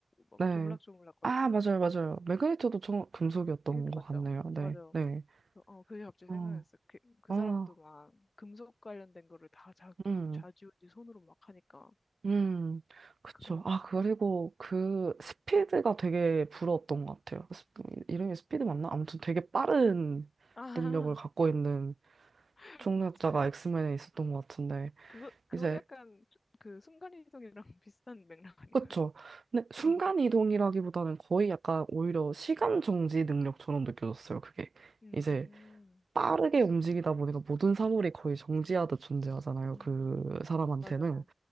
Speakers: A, on the left (about 55°); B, on the right (about 70°).
A: 막
B: 네.
A: 조물락조물락 거리는.
B: 아, 맞아요, 맞아요. 매그니터도 정, 금속이었던
A: 매그니튜드
B: 것
A: 맞죠?
B: 같네요. 네,
A: 맞아요.
B: 네.
A: 그래서 어, 그게 갑자기
B: 어,
A: 생각났어. 그, 그
B: 아,
A: 사람도 막 금속 관련된 거를 다 자규,
B: 음,
A: 좌지우지 손으로 막 하니까.
B: 음. 그쵸.
A: 그런,
B: 아, 그리고 그 스피드가 되게 부러웠던 것 같아요. 스- 이름이 스피드 맞나? 아무튼 되게 빠른
A: 아,
B: 능력을 갖고 있는
A: <laughs>
B: 초능력자가
A: 맞아요.
B: 엑스맨에 있었던 것 같은데.
A: 그거, 그것도
B: 이제
A: 약간 그 순간이동이랑 <laughs> 비슷한 맥락 아닌가요?
B: 그쵸. 근데
A: <laughs>
B: 순간
A: 어.
B: 이동이라기보다는 거의 약간 오히려 시간 정지 능력처럼 느껴졌어요. 그게
A: 음,
B: 이제 빠르게 움직이다 보니까 모든 사물이 거의 정지하듯 존재하잖아요.
A: 음,
B: 그 사람한테는
A: 맞아요.